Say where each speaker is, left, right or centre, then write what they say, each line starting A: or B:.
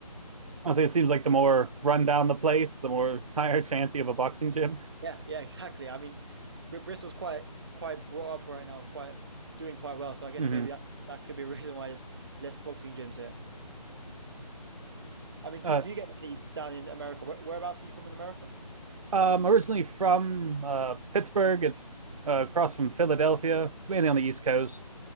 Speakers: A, on the right; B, on the right.
A: honestly, it seems like the more run down the place, the more <laughs> higher chance you have a boxing gym.
B: Yeah, yeah, <laughs> exactly. I mean, Br Bristol's quite quite brought up right now, quite doing quite well. So I guess
A: <laughs> hmm
B: maybe that that could be a <laughs> reason why there's less boxing gyms here. I mean, do,
A: Uh,
B: do you get any down in America? Where, whereabouts are you from in America?
A: I'm originally from uh, Pittsburgh. It's uh, across from Philadelphia. It's mainly on the East Coast,